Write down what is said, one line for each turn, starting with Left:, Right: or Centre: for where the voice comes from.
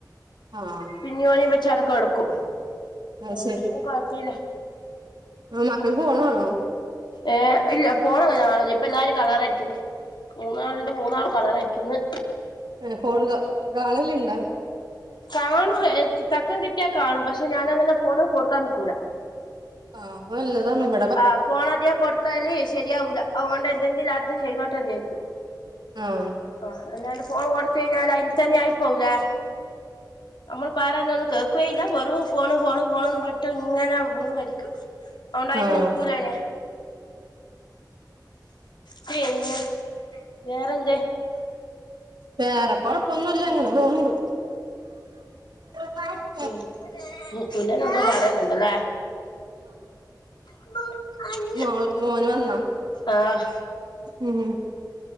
Right: ആഹ്
Left: പിന്നിംഓനെ വെച്ചാണ്ട് കെടക്കും
Right: അത്
Left: അഹൊണ്ട് പിന്നെകൊഴപ്പല്ല
Right: ഉം മക്കൾഫോണാണോ?
Left: ഏ ഇല്ല ഫോണ്അങ്ങനെകാണല ഇപ്പല്ലാരും കളറടിക്ക്ന്ന. മൂന്നാൾണ്ട് മൂന്നാളും കളർടിക്ക്ന്ന്.
Right: ഹേ ഫോൺ ക കാണാല്ണ്ടോ?
Left: കാണും എ തക്കംകിട്ട്യാകാണും പക്ഷെ ഞാാനങ്ങനെ ഫോണ് കൊട്ക്കാൻനിക്കൂല.
Right: ആഹ് അത് ന്നല്ലെതാണ്ഇവ
Left: ആ ഫോൺ അധികം കൊടുത്താല് ശരിയാവൂല്ല അതുകൊണ്ട് എന്തെങ്കിലും അവ്ട്ന്ന് ചെയ്തോട്ടെ വിചാരിക്കും.
Right: ആഹ്
Left: ആ അല്ലാണ്ട് ഫോൺ കൊട്ത്ത യ്ഞ്ഞാല് അയ്ൽ തന്നെ ആയി പോലേ. അമ്മള് പറന്ന ഒന്നും കേക്കൊയില്ലവെറും ഫോണ് ഫോണ് ഫോണന്നും പറട്ട് ഇങ്ങനെ വീണ് മരിക്കും. അഓണ്ട് അയ്ന്
Right: ആഹ്
Left: നിക്കൂലനാ പിന്നെ വേറെന്തെ?
Right: വേറെ കൊഴപ്പൊന്നുല്ല അങ്ങനെ പോവ്ണ്ട്. <inaudible>
Left: പി പിളേരന്തോ പറയ്ന്ന്ണ്ടല്ലേ? <unintelligible>
Right: മോ മോന് വന്നാ.
Left: ആഹ്
Right: ഉം